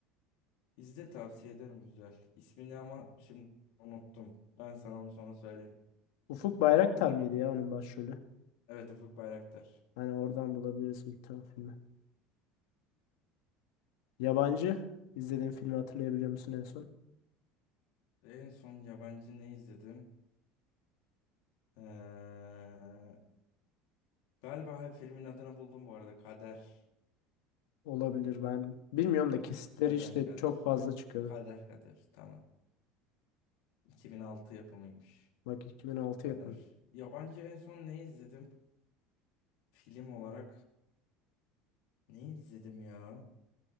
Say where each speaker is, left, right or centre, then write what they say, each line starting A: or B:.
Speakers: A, on the left (about 70°); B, on the left (about 80°).
A: İzle tavsiye ederim güzel. İsmini ama şimdi unuttum. Ben sana onu sonra söylerim.
B: Ufuk Bayraktar mıydı ya onun başrolü?
A: Evet Ufuk Bayraktar.
B: Hani oradan bulabiliriz bir tane filmi. Yabancı izlediğin filmi hatırlayabiliyor musun en son?
A: En son yabancı ne izledim? Ee, galiba hep filmin adını buldum bu arada. Kader.
B: Olabilir ben bilmiyorum da kesitleri
A: Kader
B: işte
A: Kader.
B: çok fazla çıkıyordu.
A: Kader Kader tamam. 2006 yapımıymış.
B: Bak 2006
A: Kader.
B: yapımı.
A: Yabancı en son ne izledim? Film olarak ne izledim ya?